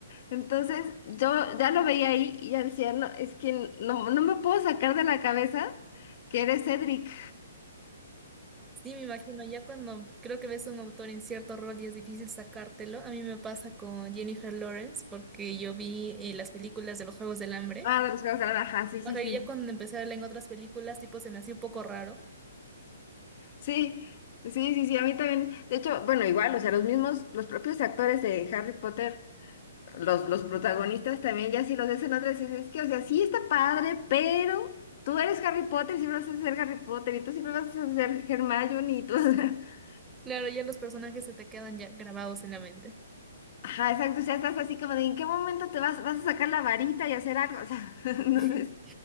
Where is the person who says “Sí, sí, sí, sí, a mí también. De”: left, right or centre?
Left